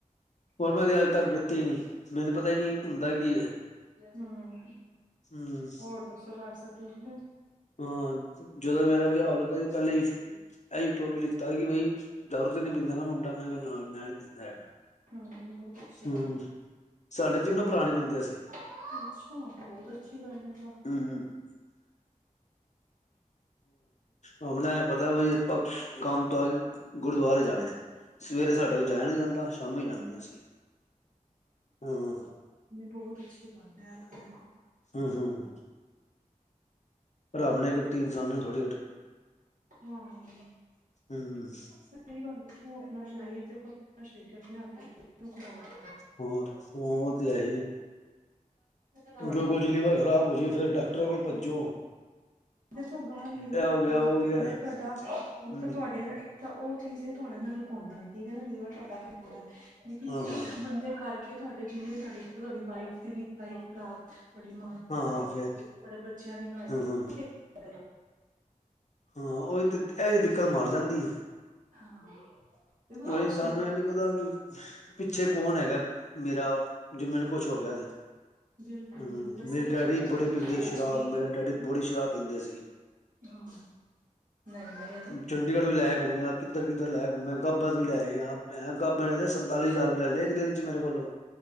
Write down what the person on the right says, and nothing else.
ਹਮ
ਹੋਰ ਦੱਸੋ ਘਰ ਸਬ ਠੀਕ ਨੇ?
ਹਮ ਬਹੁਤ ਅੱਛਾ।
ਅੱਛਾ ਬਹੁਤ ਅੱਛੀ ਗੱਲ ਏ ਤਾ
ਬਹੁਤ ਅੱਛੀ ਬਾਤ ਹੈ ਤਾਂ ਦੇਖੋ
ਹਾਂ।
ਸਹੀ ਗੱਲ ਹੈ ਕਿ ਉਹ ਆਪਣਾ ਸਰੀਰ ਦੇਖੋ ਆਪਣਾ ਸਰੀਰ ਆਪਣੇ ਆਪ ਸਰੀਰ ਨੂੰ ਖਰਾਬ
ਤੁਹਾਡੇ
ਦੇਖੋ ਗੱਲ ਲਿਵਰ
ਨਾਲ
ਤੁਹਾਡਾ ਇੱਕ
ਤੁਹਾਡੇ ਨਾਲ ਤਾਂ ਉਹ ਚੀਜ਼ ਤੁਹਾਡੇ ਨਾਲ ਪਾਉਂਦੀ ਆ ਠੀਕ ਹੈ ਨਾ ਲੀਵਰ ਤੁਹਾਡਾ ਖਰਾਬ ਹੈ। ਲੇਕਿਨ
ਇਹ
ਇੱਕ ਬੰਦੇ ਕਰਕੇ ਤੁਹਾਡੇ ਜਿੰਨੇ ਵੀ ਤੁਹਾਡੇ ਤੁਹਾਡੀ ਵਾਈਫ ਦੀ ਵੀ ਲਾਈਫ ਖਰਾਬ। ਤੁਹਾਡੀ ਮਾਂ ਦੀ
ਤੁਹਾਡੇ ਬੱਚਿਆਂ ਦੀ ਲਾਇਫ
ਲਗਣਾ,
ਹਾਂ, ਦੇਖੋ ਕੁਛ
ਰੱਖਿਆ
ਬਿਲਕੁਲ
ਬਿਲਕੁਲ ਅਸੀਂ
ਤਾਂ
ਚਲੋ ਚਾਹ
ਪਾਣੀ
ਚ
ਹਮ ਨਹੀਂ ਨਹੀਂ ਆ ਤਾਂ